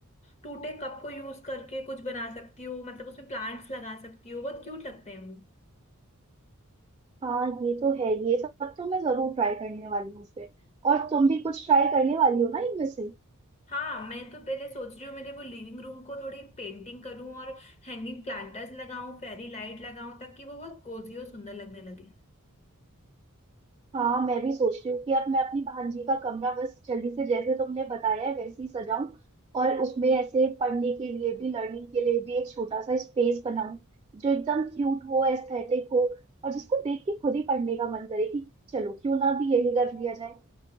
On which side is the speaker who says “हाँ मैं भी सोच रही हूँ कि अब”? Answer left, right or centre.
Right